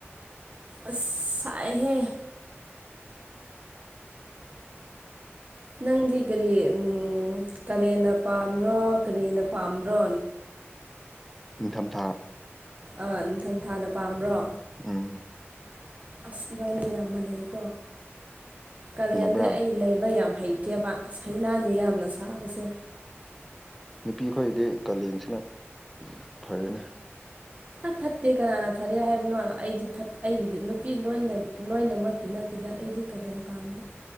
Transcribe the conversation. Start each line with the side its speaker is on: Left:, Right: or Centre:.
Right: ꯑꯁ ꯁꯥꯏꯍꯦ ꯅꯪꯗꯤ ꯀꯔꯤ ꯎꯝ ꯀꯥꯂꯦꯟꯅ ꯄꯥꯝꯕ꯭ꯔꯣ ꯀꯔꯤꯅ ꯄꯥꯝꯕ꯭ꯔꯣ
Centre: ꯅꯤꯡꯊꯝꯊꯥ
Right: ꯑꯥ ꯅꯤꯡꯊꯝꯊꯥꯅ ꯄꯥꯝꯕ꯭ꯔꯣ
Centre: ꯎꯝ
Right: ꯑꯁ ꯏꯕꯥꯅꯤ ꯌꯥꯝ ꯃꯅꯩꯀꯣ ꯀꯥꯂꯦꯟꯗꯤ
Centre: ꯃꯨꯟꯅꯕ꯭ꯔꯥ
Right: ꯑꯩ ꯂꯩꯕ ꯌꯥꯝ ꯍꯩ ꯇꯦꯕꯥ ꯑꯁ ꯍꯩꯅꯗꯦ ꯌꯥꯝꯅ ꯁꯥꯕꯁꯦ
Centre: ꯅꯨꯄꯤ ꯈꯣꯏꯗꯤ ꯀꯥꯂꯦꯟꯁꯤꯅ ꯐꯔꯦꯅꯦ
Right: ꯑ ꯐꯠꯇꯦ ꯀꯅꯥꯅ ꯐꯔꯦ ꯍꯥꯏꯕꯅꯣ ꯑꯩꯗꯤ ꯐꯠ ꯑꯩꯒꯤꯗꯤ ꯅꯨꯄꯤ ꯂꯣꯏꯅ ꯂꯣꯏꯅꯃꯛꯀꯤ ꯅꯠꯇꯦꯗ ꯑꯩꯗꯤ ꯀꯥꯂꯦꯟ ꯄꯥꯝꯗꯦ